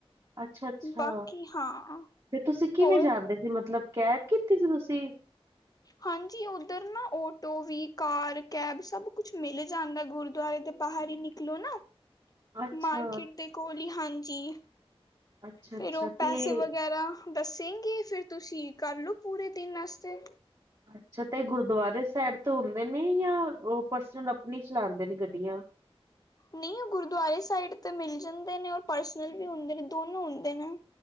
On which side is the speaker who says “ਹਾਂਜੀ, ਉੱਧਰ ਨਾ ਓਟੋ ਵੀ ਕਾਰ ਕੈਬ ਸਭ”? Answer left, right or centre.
Left